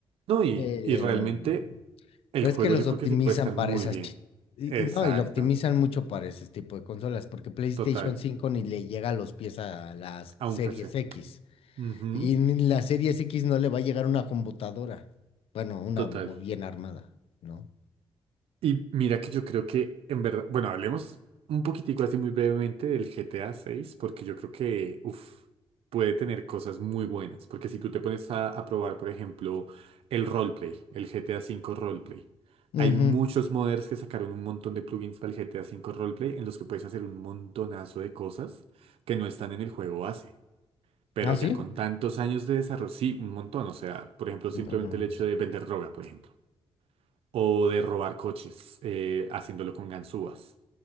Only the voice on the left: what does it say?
Pero,
pero
es que los
optimizan
para
esas...
chi- Y,
y no, y lo optimizan mucho para ese tipo de consolas, porque PlayStation
cinco ni le llega a los pies a las
Series
X.
Y ni la Series X no le va a llegar una computadora. Bueno, una
bu- bien armada, ¿no?
Ujú.
¿Ah, sí?
No,
no lo
he
visto.